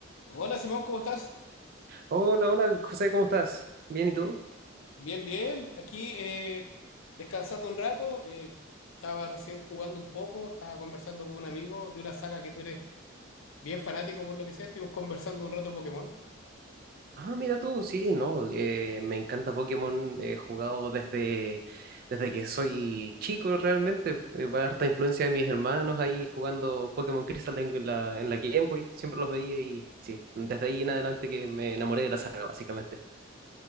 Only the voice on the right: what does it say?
Hola, hola, José, ¿cómo estás? Bien, ¿y tú?
Ah, mira tú, sí, no, eh, me encanta Pokémon, he jugado desde, desde que soy chico realmente, eh, va harta influencia de mis hermanos ahí jugando Pokémon Crystal en la, en la Game Boy, siempre los veía y sí, desde ahí en adelante que me enamoré de la saga, básicamente.